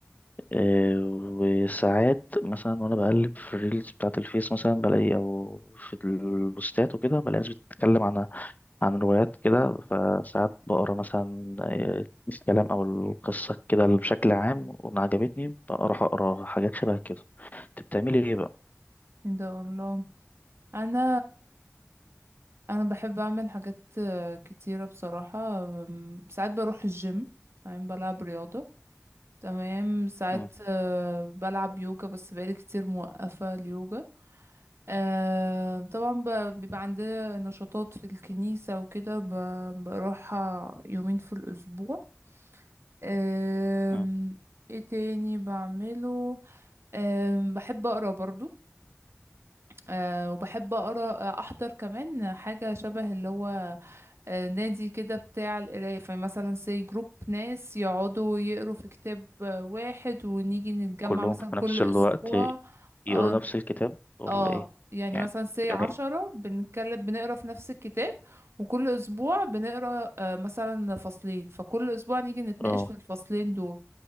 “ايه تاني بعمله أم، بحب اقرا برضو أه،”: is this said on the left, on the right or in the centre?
Right